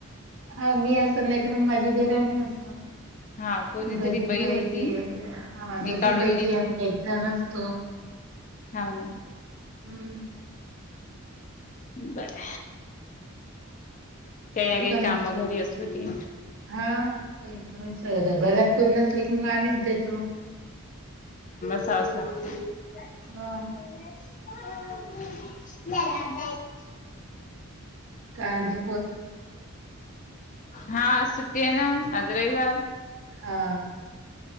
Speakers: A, on the right; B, on the left.
A: हा मी असेल नाही तर मग माझी देराणी अस-
B: हा कोणीतरी
A: दोघी
B: बाई
A: पैकी
B: होती
A: हा
B: मी
A: दोघी
B: काढून
A: पैकी आम्ही एक जण असतो.
B: हाऊ ना
A: हम्म
B: बरय. काही ना
A: दुकाने,
B: काही काम घरी असलं की
A: हा. घरात कोण नसले की मग आम्हीच देतो.
B: <inaudible>
A: हा काय म्हणते?
B: हा आज सुट्टीये ना, आज रविवार.
A: हा